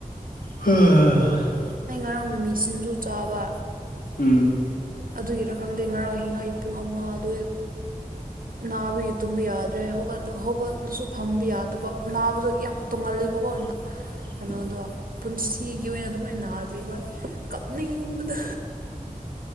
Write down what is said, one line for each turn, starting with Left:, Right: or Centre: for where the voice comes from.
Left: <unintelligible>
Right: ꯑ ꯉꯔꯥꯡ ꯃꯃꯤꯁꯤꯡꯖꯨ ꯆꯥꯕ
Left: ꯎꯝ
Right: ꯑꯗꯨꯒꯤꯔ ꯈꯪꯗꯦ ꯉꯔꯥꯡ ꯑꯤꯍꯤꯡ ꯄꯨꯡ ꯑꯃ ꯑꯗꯨꯏ ꯅꯥꯕꯒꯤ ꯇꯨꯝꯕ ꯌꯥꯗ꯭ꯔꯦꯠ ꯍꯧꯒꯠ ꯍꯧꯒꯠꯂꯁꯨ ꯐꯝꯕ ꯌꯥꯗꯕ ꯅꯥꯕꯗꯣ ꯌꯥꯝ ꯇꯣꯡꯉꯜꯂꯦꯕꯀꯣ
Left: <inaudible>
Right: ꯀꯩꯅꯣꯗꯣ ꯄꯨꯟꯁꯤꯒꯤ ꯑꯣꯏꯅ ꯑꯗꯨꯃꯥꯏꯅ ꯅꯥꯗ꯭ꯔꯤꯕ ꯀꯞꯅꯤꯡꯕꯗ